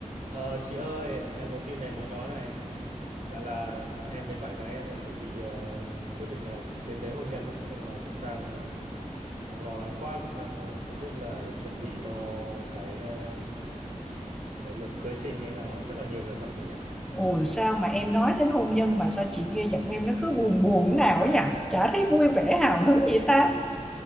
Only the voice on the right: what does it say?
Ờ, chị ơi, em có tin này muốn nói này. Chả là em với bạn gái em chuẩn bị ờ, quyết định là tiến tới hôn nhân đấy, nhưng mà cũng đang đang lo lắng quá, cũng đang ờ, không biết là chuẩn bị cho cái ờ, cái việc cưới xin như thế nào ấy, chắc là nhiều việc lắm chị nhỉ.